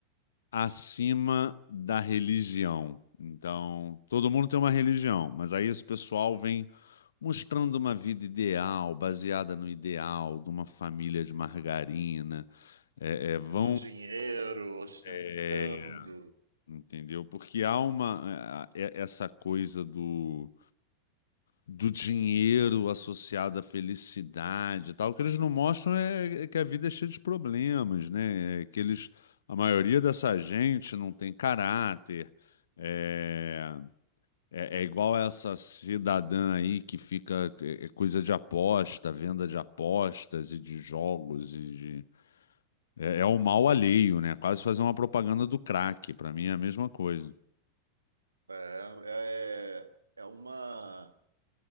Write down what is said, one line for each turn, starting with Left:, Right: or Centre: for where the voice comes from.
Left: acima da religião. Então, todo mundo tem uma religião, mas aí esse pessoal vem mostrando uma vida ideal, baseada no ideal de uma família de margarina. É, é, vão.
Right: no dinheiro, ostentando.
Left: é, entendeu? Porque há uma. é, é, essa coisa do. Do dinheiro associado à felicidade e tal, o que eles não mostram é, é que a vida é cheia de problemas, né? É que eles, a maioria dessa gente não tem caráter, é, É, é igual essa cidadã aí que fica é, é coisa de aposta, venda de apostas e de jogos e de. É, é o mal alheio, né? Quase fazer uma propaganda do crack. Pra mim é a mesma coisa.
Right: É, é, é uma,